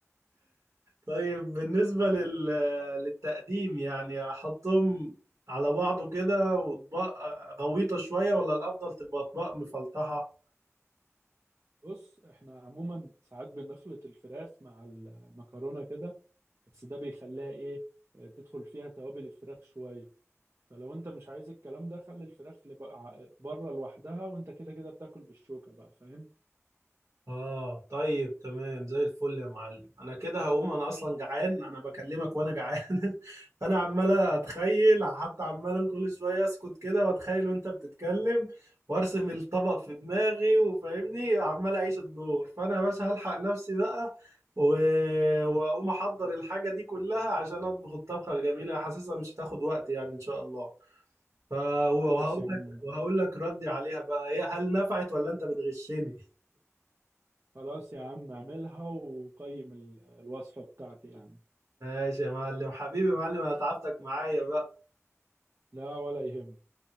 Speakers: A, on the right; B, on the right.
A: طيب بالنسبة لل... للتقديم يعني احطهم على بعضه كده واطباق غويطة شوية ولا الافضل تبقى اطباق مفلطحة
B: بص احنا عموما ساعات بنخلط الفراخ مع المكرونة كده بس ده بيخليها ايه آه، تدخل فيها توابل الفراخ شوية فلو انت مش عايز الكلام ده خلي الفراخ اللي بقى بره لوحدها وانت كده كده بتاكل بالشوكة بقى فاهم
A: اه طيب تمام زي الفل يا معلم انا كده هقوم انا اصلا جعان انا بكلمك وانا جعان <laughs> فانا عمال اتخيل حتى عمال كل شويه اسكت كده واتخيل وانت بتتكلم وارسم الطبق في دماغي وفاهمني عمال اعيش الدور فانا يا باشا هلحق نفسي بقى و... واقوم احضر الحاجه دي كلها عشان اطبخ الطبخه الجميله حاسسها مش هتاخد وقت يعني ان شاء الله ف وهقول
B: خلاص يا عم
A: لك وهقول لك ردي عليها بقى هي هل نفعت ولا انت بتغشني
B: خلاص يا عم اعملها وقيم ال- الوصفة بتاعتي يعني
A: ماشي يا معلم حبيبي يا معلم انا تعبتك معايا بقى
B: لا ولا يهم